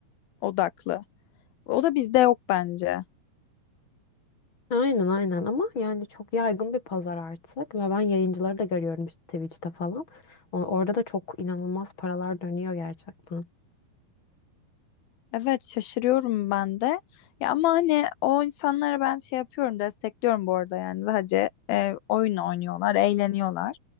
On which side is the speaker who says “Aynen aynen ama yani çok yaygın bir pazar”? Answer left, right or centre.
Left